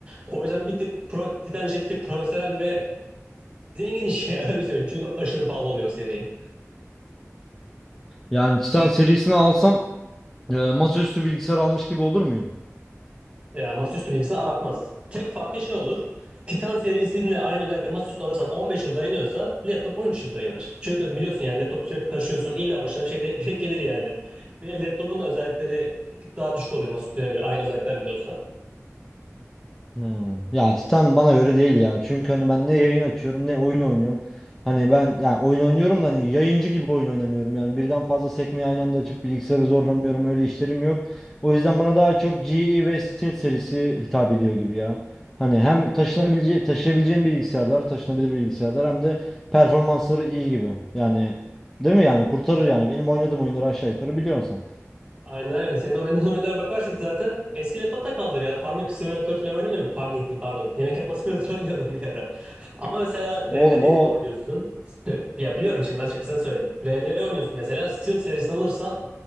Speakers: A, on the right; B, in the centre.
A: O yüzden bir tık pro, Titan işi bir tık profesyonel ve zengin iş ya <laughs> öyle söyleyeyim. Çünkü aşırı pahalı oluyor seri.
B: yani Titan serisini alsam e, masaüstü bilgisayar almış gibi olur muyum?
A: Yani masaüstü bilgisayar aratmaz. Tek farkı şey olur. Titan serisiyle aynı özellikle masaüstü alırsan 15 yıl dayanıyorsa laptop 13 yıl dayanır. Çünkü biliyorsun yani laptop sürekli taşıyorsun İlla başına bir şey de- <laughs> denk gelir yani. Bir de laptopun da özellikleri bir tık daha düşük oluyor masaüstüne göre aynı özellikler bile olsa.
B: Hmm. Ya Titan bana göre değil ya. Çünkü hani ben ne yayın açıyorum ne oyun oynuyorum. Hani ben ya oyun oynuyorum da hani yayıncı gibi oyun oynamıyorum. Yani birden fazla sekmeyi aynı anda açıp bilgisayarı zorlamıyorum. Öyle işlerim yok. O yüzden bana daha çok G. GE ve Steel serisi hitap ediyor gibi ya. Hani hem taşınabilece taşıyabileceğim bilgisayarlar, taşınabilir bilgisayarlar hem de performansları iyi gibi. Yani değil mi yani kurtarır yani. Benim oynadığım oyunları aşağı yukarı biliyorsun sen.
A: Aynen aynen. Senin oynadığın <laughs> oyunlara bakarsak zaten eski laptop da kaldır ya. Farming Simulator falan oynamıyor musun? Farming değil pardon. Yemek yapma simülatörü <laughs> oynuyordum bir ara. Ama mesela
B: Oğlum
A: RDR'yi
B: o
A: de oynuyorsun. Ve- Ya biliyorum şimdi ben çok kısa söyledim. RDR oynuyorsun mesela Steel serisini alırsan